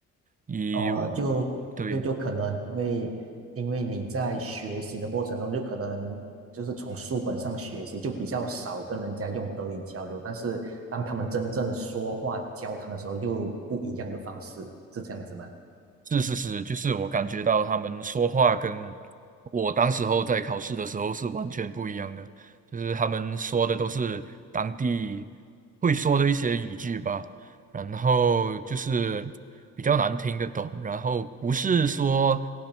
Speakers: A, on the right; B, on the right.
A: 一，
B: 哦，
A: 我对，
B: 就嗯就就可能因为因为你在学习的过程中，就可能就是从书本上学习，就比较少跟人家用德语交流。但是当他们真正说话交谈的时候，又不一样的方式，是这样子吗？
A: 是是是，就是我感觉到他们说话跟我当时候在考试的时候是完全不一样的，就是他们说的都是当地会说的一些语句吧，然后就是比较难听得懂，然后不是说